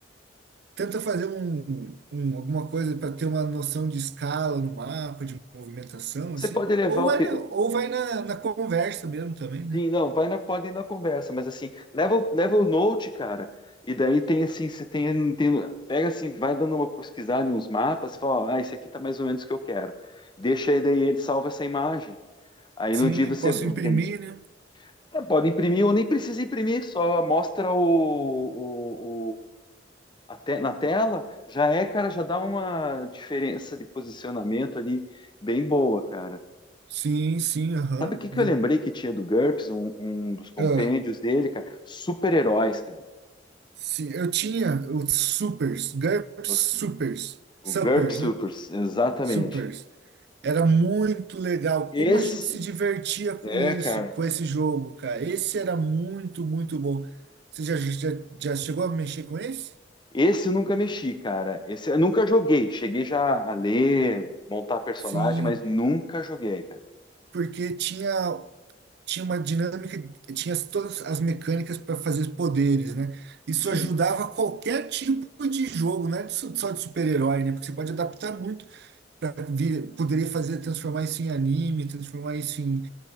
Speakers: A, on the right; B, on the left.
A: tenta fazer um, um- alguma coisa para ter uma noção de escala no mapa, de movimentação,
B: Você
A: assim,
B: pode levar
A: ou vai
B: o,
A: na, ou vai na, na conversa mesmo também, né?
B: Sim, não, vai na, pode ir na conversa, mas assim, leva, o- leva o note, cara, e daí tem assim, você tem, tem, pega assim, vai dando uma pesquisada em uns mapas, fala, ó, ah, esse aqui tá mais ou menos o que eu quero. Deixa aí, daí ele salva essa imagem. Aí
A: Sim,
B: no dia você
A: posso
B: entende?
A: imprimir, né?
B: É, pode imprimir ou nem precisa imprimir, só mostra o, o, o- a te- na tela, já é, cara, já dá uma diferença de posicionamento ali bem boa, cara.
A: Sim, sim, aham.
B: Sabe o que que
A: Vo-
B: eu lembrei que tinha do GURPS, um, um dos compêndios
A: ah,
B: dele, cara? Super-heróis, cara.
A: sim, eu tinha os supers, GURPS
B: Os-
A: supers,
B: O
A: suppers,
B: GURPS Super,
A: né?
B: exatamente.
A: Supers. Era muito legal.
B: Esse,
A: Como a gente se divertia com
B: é,
A: isso,
B: cara.
A: com esse jogo, cara. Esse era muito, muito bom. Você já, já, já chegou a mexer com esse?
B: Esse eu nunca mexi, cara. Esse eu nunca joguei. Cheguei já a ler, montar personagem,
A: Sim,
B: mas nunca joguei, cara.
A: porque tinha. tinha uma dinâmica, tinha as- todas as mecânicas para fazer os poderes, né? Isso
B: Sim,
A: ajudava qualquer tipo de jogo, não é de su- só de super-herói, né? Porque você pode adaptar muito para poderia fazer transformar isso em anime, transformar isso em